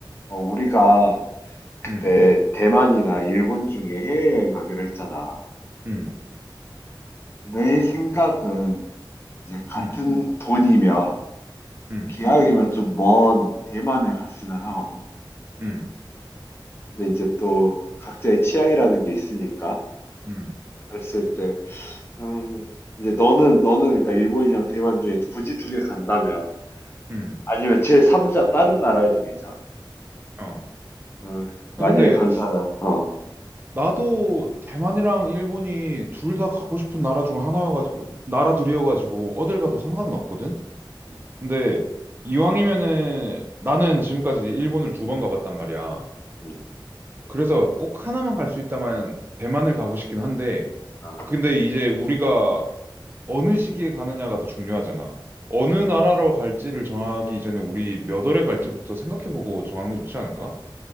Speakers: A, on the left; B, on the right.
A: 어, 우리가 그때
B: 음,
A: 대만이나 일본 중에 해외여행 가기로 했잖아.
B: 음,
A: 내 생각은 이제 같은
B: 음,
A: 돈이면
B: 음,
A: 기왕이면 좀 먼 대만을 갔으면 하거든.
B: 음,
A: 근데 이제 또 각자의 취향이라는 게 있으니까
B: 음,
A: 그랬을 때, 음, 이제 너는 너는 그러니까 일본이랑 대만 중에 굳이 두 개 간다면
B: 음,
A: 아니면 제 3자 다른 나라에도 괜찮아.
B: 어.
A: 어,
B: 아,
A: 만약에
B: 근데
A: 간다면 어,
B: 나도 대만이랑 일본이 둘 다 가고 싶은 나라 중 하나여가지고 나라들이어가지고 어딜 가도 상관은 없거든.
A: 음,
B: 근데 이왕이면은 나는 지금까지 일본을 두 번 가봤단 말이야.
A: 음.
B: 그래서 꼭 하나만 갈 수 있다면 대만을 가고 싶긴 한데
A: 아,
B: 근데 이제 우리가 어느 시기에 가느냐가 더 중요하잖아. 어느 나라로 갈지를 정하기 이전에 우리 몇 월에 갈지부터 생각해보고 정하는 게 좋지 않을까?